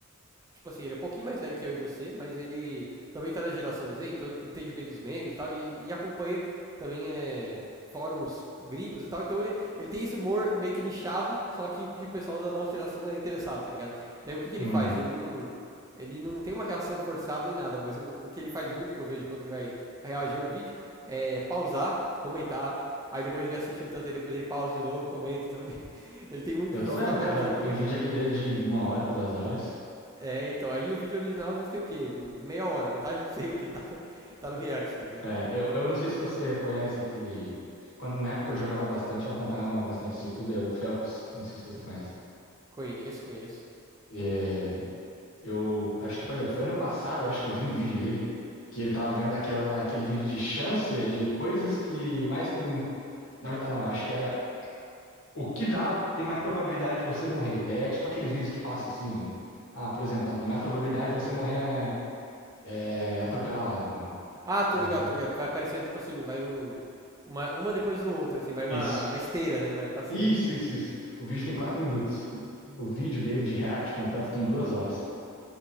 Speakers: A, on the right; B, on the left.
A: Tipo assim, ele é um pouquinho mais velho que eu e você, mas ele também tá na geração Z, então ele entende bem dos memes e tal, e, e acompanha também é, fóruns gringos e tal. Então ele, ele tem esse humor meio que nichado, só que, que o pessoal da nossa geração é interessado, tá ligado? Daí o que, que
B: Hum.
A: ele faz? Ele não. Ele não tem uma reação forçada nem nada, mas o, o que ele faz muito, que eu vejo quando ele vai reagir a um vídeo, é pausar, comentar, aí depois ele assiste um tanto, aí depois ele pausa de novo e comenta. Então ele, <laughs> ele tem muito
B: Eu
A: disso
B: tô vendo,
A: ficar pausando
B: cada
A: e
B: tem
A: comentando.
B: vídeo aqui dele de uma hora, duas horas.
A: É, então, aí o vídeo original às vezes tem o quê? Meia hora, metade do <laughs> tempo que ele tá, <laughs> tá no React, tá ligado?
B: É, eu, eu não sei se você conhece aquele. Quando, na época eu jogava bastante, eu acompanhava bastante esse YouTube, é o Phelps. Não sei se você conhece.
A: Conheço, conheço.
B: É, eu acho que foi, foi ano passado, eu acho que eu vi um vídeo dele, que ele tava vendo aquela, aquele vídeo de chance, de coisas que mais tem. Na verdade, não, acho que era o que dá tem mais probabilidade de você morrer. Daí é tipo aqueles vídeos que passam assim. Ah, por exemplo, ah, tem mais probabilidade de você morrer é, é, atropelado.
A: Ah, tô
B: É,
A: ligado, tô ligado, que vai aparecendo, tipo assim, vai um... Uma, uma depois da outra, assim, vai uma,
B: isso.
A: uma esteira, né? Vai passando,
B: Isso,
A: assim.
B: isso, isso. O vídeo tem quatro minutos. O vídeo dele de React completo tem duas horas.